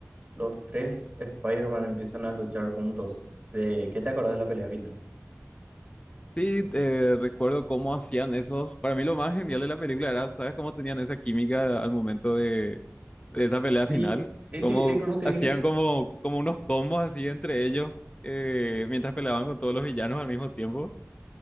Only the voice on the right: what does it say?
los tres Spider-Man empiezan a luchar juntos, ¿de- ¿qué te acordás de la pelea final?
Sí, es
que, eh, como te
dije,